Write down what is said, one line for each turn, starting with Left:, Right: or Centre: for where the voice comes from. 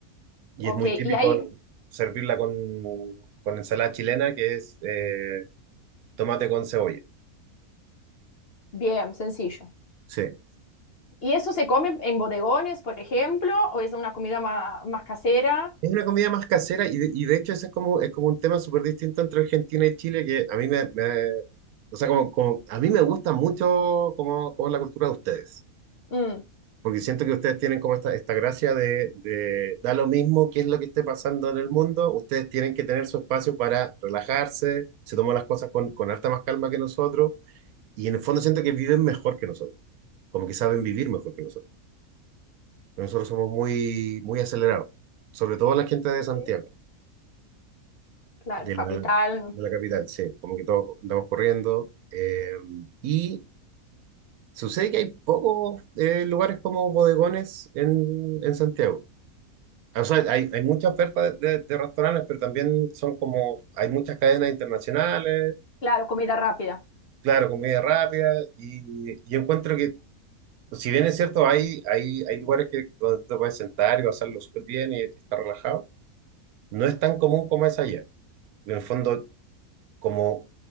Right: Y
Left: Ok,
Right: es muy típico
Left: y ahí,
Right: servirla con, con ensalada chilena, que es eh, tomate con cebolla.
Left: bien, sencillo.
Right: Sí.
Left: ¿Y eso se come en bodegones, por ejemplo, o es una comida ma- más, casera?
Right: Es una comida más casera y de, y de hecho ese es como, es como un tema súper distinto entre Argentina y Chile que a mí me, me- o sea, como, como- a mí me gusta mucho como, como la cultura de ustedes,
Left: Mm,
Right: porque siento que ustedes tienen como esta, esta gracia de, de da lo mismo qué es lo que esté pasando en el mundo, ustedes tienen que tener su espacio para relajarse, se toman las cosas con, con harta más calma que nosotros y en el fondo siento que viven mejor que nosotros, como que saben vivir mejor que nosotros. Nosotros somos muy, muy acelerados, sobre todo la gente de Santiago.
Left: Ok. claro,
Right: de
Left: capital.
Right: la, de la capital, sí, como que todos andamos corriendo. eh, y sucede que hay pocos eh, lugares como bodegones en, en Santiago. O sea, hay, hay mucha oferta de, de- de restaurantes, pero también son como, hay muchas cadenas internacionales,
Left: Claro, comida rápida.
Right: claro, comida rápida, y, y encuentro que, si bien es cierto, hay, hay, hay lugares que, donde te puedes sentar y pasarlo súper bien y, estar relajado, no es tan común como es allá. En el fondo, como,